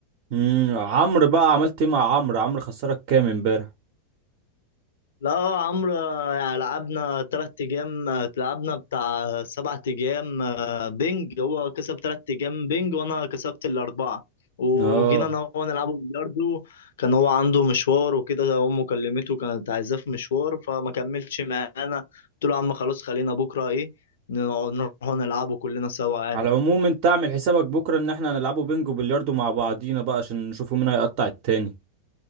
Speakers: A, on the right; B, on the left.
A: امم عمرو بقى عملت ايه مع عمرو عمرو خسرك كام امبارح
B: لا يا عمرو يعني لعبنا تلات أيام آه، لعبنا بتاع سبعة أيام آه، بينج هو كسب تلات أيام بينج وأنا كسبت الأربعة وجينا
A: اه
B: أنا وهو نلعبه بلياردو كان هو عنده مشوار وكده أمه كلمته كانت عايزاه في مشوار فما كملش معانا قلت له يا عم خلاص خلينا بكرة إيه نقعد- نروحوا نلعبوا كلنا سوا عادي
A: على العموم انت اعمل حسابك بكره ان احنا هنلعبوا بينجو بلياردو مع بعضينا بقى عشان نشوفوا مين هيقطع التاني